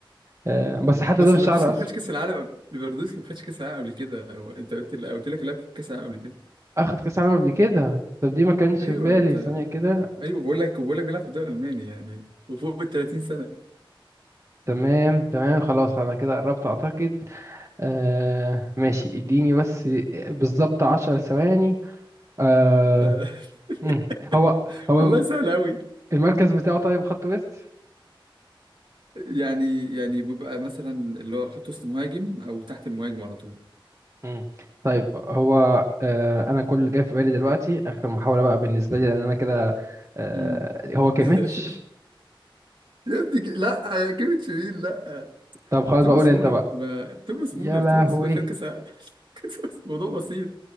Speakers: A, on the right; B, on the right.
A: آه، بس حتى
B: بس
A: ده مش
B: ليفاندوسكي
A: شعر اصلا
B: ما خدش كاس العالم قبل- ليفاندوسكي ما خدش كاس العالم قبل كده هو انت قلت قلت لك اللاعب خد كاس العالم قبل كده
A: اخد كاس عالم قبل كده طب دي ما كانش
B: ايوه
A: في بالي
B: انت
A: ثانيه كده
B: ايوه بقول لك بقول لك بيلعب في الدوري الالماني يعني وفوق ال 30 سنه
A: تمام تمام خلاص انا كده قربت اعتقد آه ماشي اديني بس بالظبط عشر ثواني آه
B: آه، <laughs>
A: مم. هو هو
B: والله سهل قوي
A: المركز بتاعه طيب خط ويست
B: يعني يعني بيبقى مثلا اللي هو خط وسط مهاجم او تحت المهاجم على طول
A: مم. طيب هو آه انا كل اللي جاي في بالي دلوقتي اخر محاولة بقى بالنسبة لي لان انا كده آه
B: مم.
A: هو كيميتش
B: <laughs> يا ابني ك- لا يا جيمي تشيرين لا
A: طب خلاص
B: توماس
A: بقول انت
B: مولر
A: بقى
B: ما... توماس
A: يا
B: مولر
A: لهوي
B: توماس مولر خد كاس العالم. <laughs> كاس العالم. موضوع بسيط